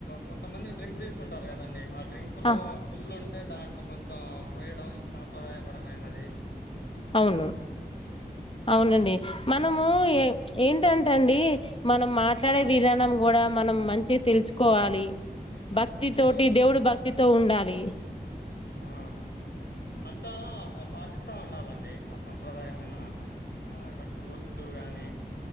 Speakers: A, on the left (about 75°); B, on the left (about 35°).
A: కొంతమంది డ్రింక్ తీసుకుంటారు కదండి ఆ డ్రింక్ లో
B: ఆ
A: ఫుల్ ఉన్ దాంట్లో కొంచెం పోయడం సాంప్రదాయ పరమైనది.
B: అవును అవునండి మనము ఏ ఏంటంట అండి మనం మాట్లాడే విధానం కూడా మనం మంచిద్ తెలుసుకోవాలి భక్తి
A: ఉమ్,
B: తోటి దేవుడు భక్తితో ఉండాలి.
A: ఆ అంతా పాటిస్తా ఉండాలండి, ఆ సంంప్రదాయమైన ఆ కట్టుబొట్లు గానీ